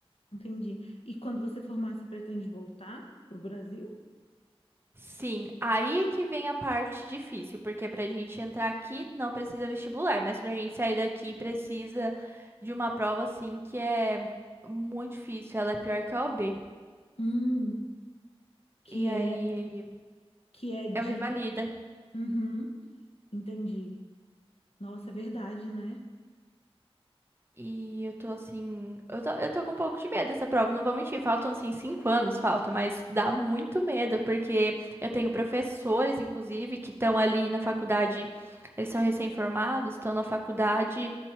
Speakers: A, on the left; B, on the right.
A: entendi. E quando você formar, você pretende voltar pro Brasil?
B: Sim, aí que vem a parte difícil, porque para a gente entrar aqui não precisa vestibular, mas para a gente sair daqui precisa de uma prova assim que é muito difícil, ela é pior que a OB.
A: Hum, que
B: E
A: é
B: aí
A: que é de.
B: é o revalida.
A: Uhum, entendi. Nossa, é verdade, né?
B: E eu tô assim. Eu tô, eu tô com um pouco de medo dessa prova, não vou mentir. Faltam, assim, cinco anos, falta, mas dá muito medo, porque eu tenho professores, inclusive, que estão ali na faculdade. Eles são recém-formados, estão na faculdade